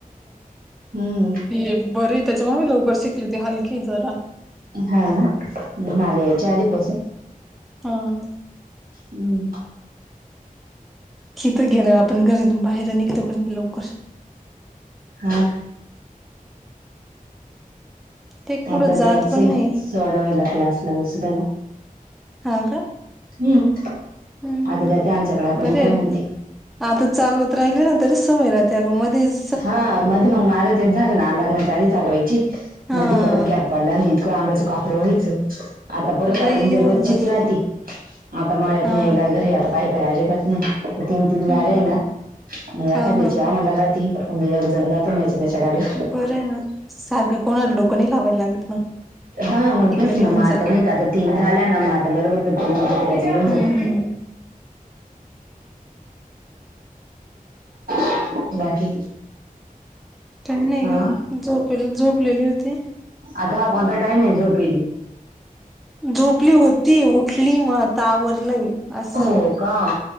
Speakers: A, on the right; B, in the centre.
A: हम्म
B: हे बर त्याच्या माग लवकर शिकली होती हलकी जरा
A: हा ना माला यायची आधीपासून
B: हम
A: हम्म
B: कि तो गेलं आपण घरातून बाहेर निघतो काणी लवकर
A: हा
B: ते कुठं
A: आता
B: जात
A: जायचंय
B: पण नाही
A: सोडवायला क्लासला दुसर्यांला
B: हा का
A: हम्म
B: हम्म
A: आधी देत्या आमच्याकडे आता
B: बरं
A: नाही काय म्हणते
B: आता चालवत राहिले ना तरीच सवय राहते अग मध्येच
A: हा मध्ये मग माझं ते येत झालं ना लग्नाच्या आधी चालवायची
B: हा
A: मधी परत घ्याप पडल्यांन इतक अंगाच कापर होईल आता परत आता
B: लई
A: म्हणजे
B: होऊन
A: रोजचीच
B: जात
A: राहते
B: मग
A: आता मळ्यात
B: हा
A: नाहीयला घरी आता पा अजिबात नाही तीन तीन गाड्या
B: हम्म
A: आहे ना म एखाद्याची
B: हा हा
A: आम्हाला एक जण जात याच्यात्याच्या गाडीवर
B: बरं आहे ना, सारखं कोणाला डोकं नाही लावायला लागत मग
A: हा मग
B: इकडे
A: तेच
B: घेऊन
A: ना मग
B: चला
A: आता नाही का आता तीन झाल्या ना मग आता बरोबर घेऊन
B: हम्म
A: जात
B: हम्म.
A: <unintelligible> बा बाकी.
B: काही नाही
A: हा
B: ग, झोप झोपलेली होते.
A: आता हा कोणता टाईम आहे झोपली.
B: झोपली होती उठली मग आता आवरलंय. असं
A: हो का